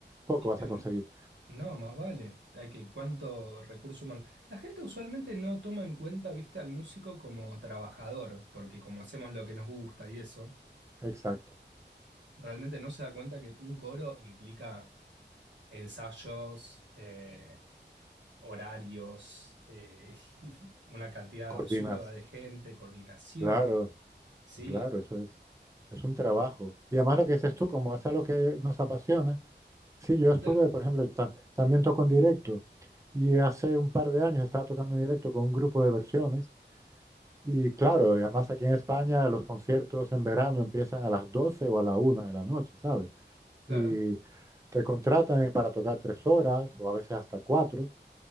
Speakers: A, on the right; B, on the right.
A: poco
B: Y pero
A: vas a conseguir.
B: no, más vale. Hay que, ¿cuánto recurso humano? La gente usualmente no toma en cuenta, viste, al músico como trabajador, porque como hacemos lo que nos gusta y eso,
A: Exacto.
B: realmente no se da cuenta que un coro implica ensayos, eh, horarios, eh, <laughs> una cantidad
A: coordinas
B: absurda de gente, coordinación.
A: Claro,
B: Sí,
A: claro, eso es. Es un trabajo. Y además lo que dices tú, como es algo que nos apasiona. Sí, yo estuve,
B: claro,
A: por ejemplo, tam- también toco en directo y hace un par de años estaba tocando en directo con un grupo de versiones. Y claro, y además aquí en España los conciertos en verano empiezan a las 12 o a la una de la noche, ¿sabes?
B: claro.
A: Y te contratan para tocar tres horas o a veces hasta cuatro.